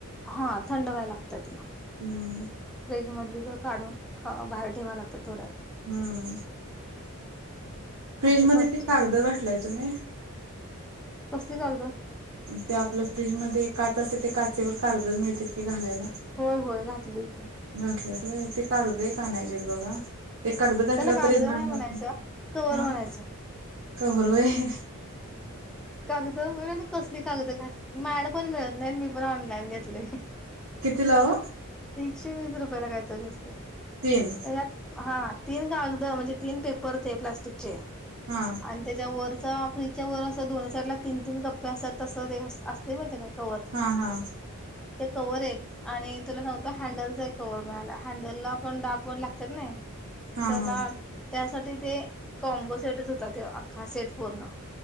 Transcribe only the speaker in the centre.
हा थंड व्हाय लागत ते. <inaudible>
फ्रीज मधली काढून बाहेर ठेवा लागतात थोडा.
असं
करते
मी.
कसली कागद?
होय होय घातलं की.
त्याला कागद
नाही
म्हणायचं कवर
म्हणायचं
कागद मिळा कस मी कागद घात, माड पण मिळत नाहीत मी पण ऑनलाईन घेतले.
तीनसे वीस रुपयाला कायतर घेतलं.
हा तिन कागद म्हणजे तीन पेपर होते प्लास्टिकचे,
आणि त्याच्या वरच फ्रीजच्या वर अस दोन्ही साईड ला तीन तीन कप्पे असतात तसं ते असते माहितीय काय? कवर.
ते कवर एक आणि तुला सांगतो हँडलचा एक कवर मिळाला हँडलला आपण डाग वन लागतात नाही.
त्याला
त्यासाठी ते कॉम्बो सेटच होता ते अख्खा सेट पूर्ण